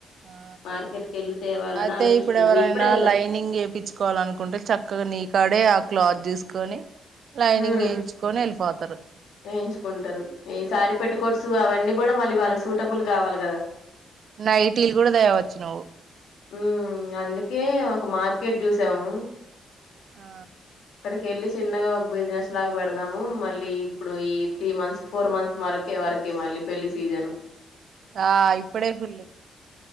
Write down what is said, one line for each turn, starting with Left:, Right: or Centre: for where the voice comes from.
Right: ఆ
Left: మార్కెట్ కి వెళ్ళి తేవాలని
Right: అయితే
Left: ఆలోచిస్తున్నాం
Right: ఇప్పుడు ఎవరైనా
Left: ఇప్పుడే కదా
Right: లైనింగ్ చేయించుకోవాలినుకు కుంటే చక్కగా నీకాడే ఆ క్లాత్ తీసుకొని లైనింగ్
Left: ఉ
Right: వేయించుకొని వెళ్ళిపోతారు
Left: వేయించుకుంటారు ఈసారి పేటికోట్స్ సో అవన్నీ కూడా మళ్ళీ వాళ్ళకి సూటబుల్ కావాలి కదా
Right: నైటీలు కూడా దేవచ్చు నువ్వు
Left: ఉ అందుకే ఒక మార్కెట్ చూసాము
Right: ఆ
Left: కేలి చిన్నగా ఒక బిజినెస్ లాగా పెడదాము మళ్ళీ ఇప్పుడు ఈ త్రీ మంత్స్ ఫోర్ మంత్స్ వరకే వరక మళ్ళీ పెళ్లి సీజన్
Right: ఆ ఇప్పుడే ఫుల్